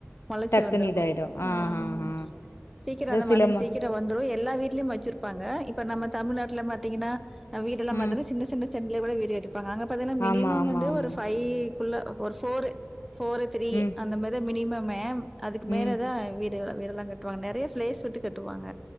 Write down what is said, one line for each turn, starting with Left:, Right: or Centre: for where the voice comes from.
Centre: முளைச்சு
Left: டக்குன்னு
Centre: வந்திருக்கு
Left: இதாயிடும். ஆ,
Centre: ம்
Left: ஆ, ஆ.
Centre: சீக்கிரம்
Left: இந்த
Centre: அந்த
Left: சில
Centre: மண்ணுக்கு
Left: ம
Centre: சீக்கிரோ வந்துரு எல்லா வீட்லயும் வெச்சிருப்பாங்க இப்ப நம்ம தமிழ்நாட்ல பாத்தீங்கன்னா வீடு எல்லாம்
Left: ம்.
Centre: பாத்தீன்னா சின்ன சின்ன செண்டுல கூட வீடு கட்டிபாங்க அங்க பாத்தீனா
Left: ஆமா,
Centre: மினிமம்
Left: ஆமா,
Centre: வந்து
Left: ஆமா.
Centre: ஒரு ஃபைவ் குள்ள ஒரு ஃபோர் ஃபோர் த்ரீ
Left: ம்,
Centre: அந்த மாரிதான் மினிமமே அதுக்கு மேலதான்
Left: ம்,
Centre: வீ டெல்லா கட்டுவாங்க நெறையா பிளேஸ் விட்டு கட்டுவாங்க